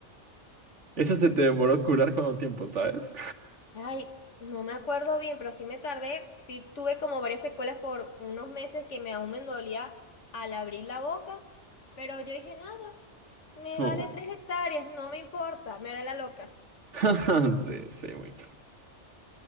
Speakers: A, on the right; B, on the left.
A: Eso se te demoró curar cuánto tiempo, ¿sabes?
B: Ay, no me acuerdo bien, pero sí me tardé. Sí tuve como varias secuelas por unos meses que me aún me dolía al abrir la boca. Pero yo dije, nada, me
A: Oh.
B: vale tres hectáreas, no me importa, me era la loca.
A: <laughs> Sí, sí, güey.